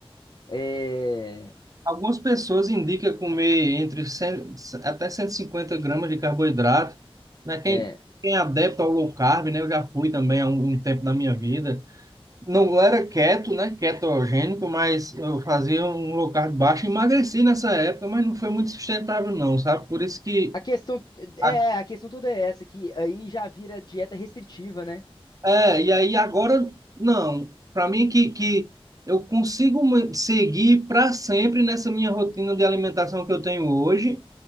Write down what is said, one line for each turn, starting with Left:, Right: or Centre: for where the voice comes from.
Left: É,
Right: algumas pessoas indicam comer entre 100, até 150 gramas de carboidrato, né? Quem,
Left: é,
Right: quem é adepto ao low carb, né? Eu já fui também há um, um tempo da minha vida. Não era keto, né? Ketogênico, mas eu fazia um low carb baixo, emagreci nessa época, mas não foi muito sustentável não, sabe? Por isso que
Left: A questão é,
Right: a
Left: a questão toda é essa, que aí já vira dieta restritiva, né?
Right: É, e aí agora, não. Para mim, que, que eu consigo ma- seguir para sempre nessa minha rotina de alimentação que eu tenho hoje,